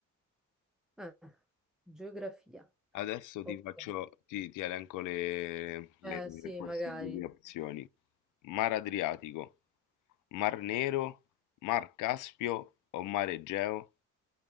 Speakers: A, in the centre; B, on the left.
A: Eh, geografia.
B: Adesso
A: Ok.
B: ti faccio, ti, ti elenco le, le
A: Eh sì,
B: possibili
A: magari.
B: opzioni. Mar Adriatico, Mar Nero, Mar Caspio o Mar Egeo?